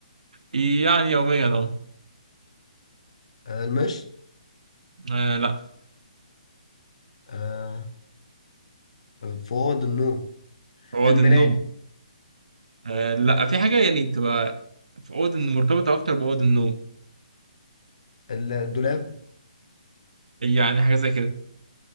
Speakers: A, on the right (about 65°); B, on the left (about 55°).
A: يعني يوميا اه
B: آه المشط
A: آه، لا
B: آه في اوض النوم
A: اوض
B: المراية
A: النوم آه لا في حاجة يعني تبقى في أوضة مرتبطة أكتر بأوضة النوم
B: ال- الدولاب
A: يعني حاجة زي كده